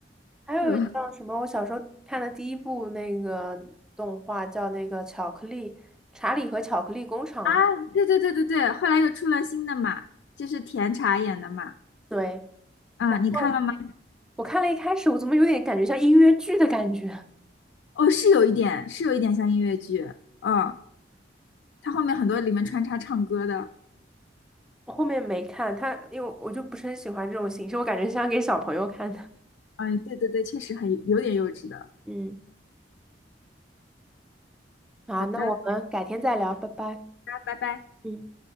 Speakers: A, in the centre; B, on the left.
A: 还有叫什么？
B: 对吧？
A: 我小时候看的第一部那个动画叫那个《巧克力查理和巧克力工厂》。
B: 啊，对对对对对，后来又出了新的嘛，就是甜茶演的嘛，
A: 对，
B: 啊，
A: 然后
B: 你看了吗？
A: 我看了一开始，我怎么有点感觉像音乐剧的感觉？
B: 哦，是有一点，是有一点像音乐剧，嗯，他后面很多里面穿插唱歌的，
A: 我后面没看它，因为我就不是很喜欢这种形式，我感觉像给小朋友看的。
B: 嗯，对对对，确实很有点幼稚的。
A: 嗯，好，
B: 好的，
A: 那我们改天再聊，
B: 好的，
A: 拜拜。
B: 拜拜。
A: 嗯。